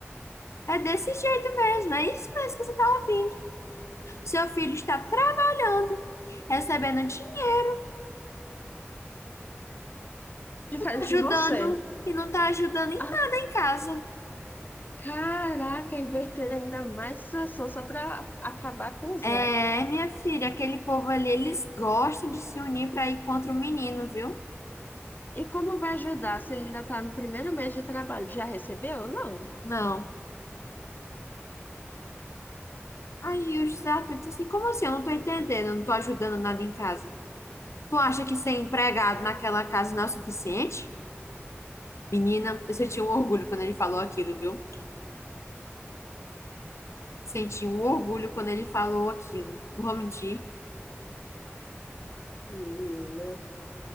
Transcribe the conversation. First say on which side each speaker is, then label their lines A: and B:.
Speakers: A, on the left; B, on the left.
A: é desse jeito mesmo. É isso mesmo que você tá ouvindo. Seu filho está trabalhando, recebendo dinheiro,
B: diferente
A: ajudando
B: de você.
A: e não está ajudando em
B: Ah,
A: nada em casa.
B: caraca, inverter ainda mais a situação só para acabar com o Zé.
A: É, minha filha, aquele povo ali, eles gostam de se unir para ir contra o menino, viu?
B: E como vai ajudar se ele ainda está no primeiro mês de trabalho? Já recebeu ou não?
A: Não. Aí o José Arthur disse assim: como assim? Eu não tô entendendo, eu não tô ajudando nada em casa. Tu acha que ser empregado naquela casa não é o suficiente? Menina, eu senti um orgulho quando ele falou aquilo, viu? Senti um orgulho quando ele falou aquilo. Não vou mentir.
B: Menina.